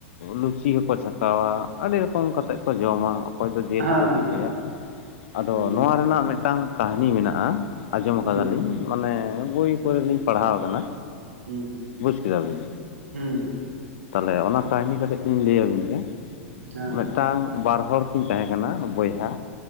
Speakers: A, on the left; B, on the right.
A: ᱞᱩᱪᱤ ᱦᱚᱸᱠᱚ ᱪᱷᱟᱠᱟᱣᱟ ᱟᱹᱰᱤ ᱨᱚᱠᱚᱢ ᱠᱟᱛᱮ ᱠᱚ ᱡᱚᱢᱟ ᱚᱠᱚᱭ ᱫᱚ ᱡᱤᱞ
B: ᱦᱮᱸ
A: ᱦᱚᱸᱠᱚ ᱯᱤᱴᱷᱟᱭᱟ᱾ ᱯᱤᱴᱷᱟᱭᱟ ᱟᱫᱚ
B: ᱦᱩᱸ
A: ᱱᱚᱣᱟ ᱨᱮᱱᱟᱜ ᱢᱤᱫᱴᱟᱝ ᱠᱟᱹᱦᱱᱤ ᱢᱮᱱᱟᱜᱼᱟ᱾ ᱟᱸᱡᱚᱢ
B: ᱦᱩᱸ
A: ᱠᱟᱫᱟᱞᱤᱧ ᱢᱟᱱᱮ ᱵᱳᱭ ᱠᱚᱨᱮ ᱞᱤᱧ ᱯᱟᱲᱦᱟᱣ ᱟᱠᱟᱱᱟ
B: ᱦᱩᱸ
A: ᱵᱩᱡᱽ ᱠᱮᱫᱟ ᱵᱤᱱ
B: ᱦᱩᱸ
A: ᱛᱟᱦᱚᱞᱮ ᱚᱱᱟ ᱠᱟᱹᱦᱱᱤ ᱠᱟᱛᱮᱫ ᱞᱤᱧ ᱞᱟᱹᱭᱟᱵᱤᱱ ᱜᱮ
B: ᱦᱮᱸ
A: ᱢᱤᱫᱴᱟᱝ ᱵᱟᱨ ᱦᱚᱲ ᱠᱤᱱ ᱛᱟᱦᱮᱸ ᱠᱟᱱᱟ ᱵᱚᱭᱦᱟ ᱦᱟᱼᱼ